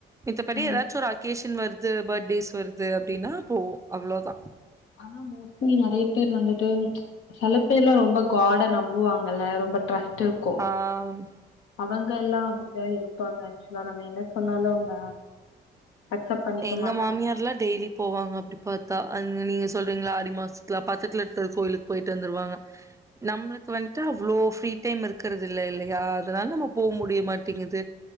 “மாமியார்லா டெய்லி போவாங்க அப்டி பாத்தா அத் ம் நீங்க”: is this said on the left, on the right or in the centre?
Right